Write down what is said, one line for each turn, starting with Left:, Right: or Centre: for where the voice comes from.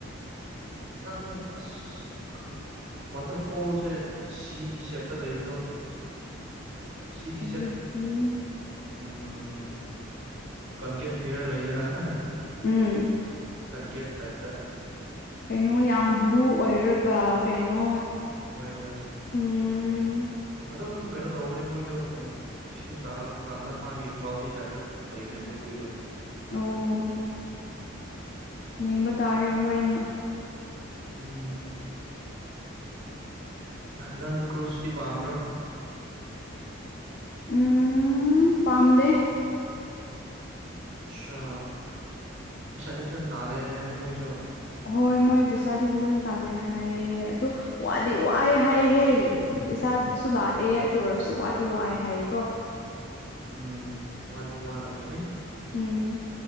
Right: ꯅꯪ ꯑꯁ ꯑꯁ ꯈꯪ ꯋꯥꯇꯔꯐꯣꯜꯖꯦ ꯁꯤꯒꯤ ꯁꯦꯞꯇ ꯂꯩꯕꯗꯣ? ꯁꯤꯒꯤ
Left: ꯑꯗꯨꯗꯤ
Right: <unintelligible> ꯎꯝ ꯀꯟꯀꯦꯚ ꯃꯤꯔꯔ ꯂꯩꯗꯅ ꯍꯥꯍꯥ
Left: ꯎꯝ
Right: ꯀꯟꯀꯦꯐ ꯇꯥꯏꯞꯇ
Left: ꯀꯩꯅꯣ ꯌꯥꯝ ꯕ꯭ꯂꯨ ꯑꯣꯏꯔꯒ ꯀꯩꯅꯣ
Right: ꯍꯣꯏ ꯍꯣꯏ
Left: ꯎꯝ
Right: ꯑꯗꯨꯝ ꯀꯩꯅꯣ ꯇꯧꯕꯅꯦ ꯃꯣꯏꯗꯣ ꯎꯝ ꯏꯁꯤꯡ ꯇꯥꯔꯛꯄ ꯀꯥꯟꯗ ꯃꯥꯒꯤ ꯀ꯭ꯂꯥꯎꯗꯤ ꯇꯥꯏꯞꯇ ꯑꯗꯨꯝ ꯂꯩꯕꯅꯦ ꯃꯗꯨꯒꯤꯗꯣ꯫
Left: ꯑꯣ ꯌꯦꯡꯕ ꯇꯥꯔꯦ ꯍꯣꯔꯦꯟꯅ꯫
Right: ꯎꯝ ꯅꯪ ꯀ꯭ꯔꯨꯁꯇꯤ ꯄꯥꯝꯕ꯭ꯔꯥ
Left: ꯎꯝ ꯄꯥꯝꯗꯦ
Right: ꯁꯥ ꯄꯩꯁꯥꯗꯤ ꯐꯖꯅ ꯇꯥꯜꯂꯦ ꯍꯥꯏꯕꯅꯤꯅꯦ ꯃꯣꯏꯁꯨ꯫
Left: ꯍꯣꯏ ꯃꯣꯏ ꯄꯩꯁꯥꯗꯤ ꯑꯗꯨꯝ ꯇꯂꯦ ꯍꯥꯏꯌꯦ ꯑꯗꯨ ꯋꯥꯗꯤ ꯋꯥꯏ ꯍꯥꯏꯍꯦ ꯄꯩꯁꯥꯁꯨ ꯂꯥꯛꯑꯦ ꯑꯗꯨ ꯑꯣꯏꯔꯁꯨ ꯋꯥꯗꯤ ꯋꯥꯏ ꯍꯥꯏꯌꯦ ꯀꯣ꯫
Right: ꯎꯝ ꯋꯥꯗꯤ ꯋꯥꯔꯝꯕꯅꯤ
Left: ꯎꯝ